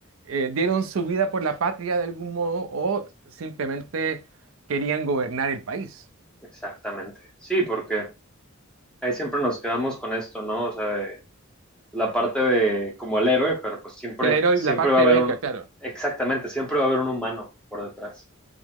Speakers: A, on the right; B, in the centre.
A: eh, dieron su vida por la patria de algún modo o simplemente querían gobernar el país?
B: Exactamente. Sí, porque ahí siempre nos quedamos con esto, ¿no? O sea, de, la parte de como el héroe, pero pues siempre,
A: Que La, heroi-
B: siempre
A: la parte
B: va a haber
A: heroica,
B: un,
A: claro.
B: exactamente, siempre va a haber un humano por detrás.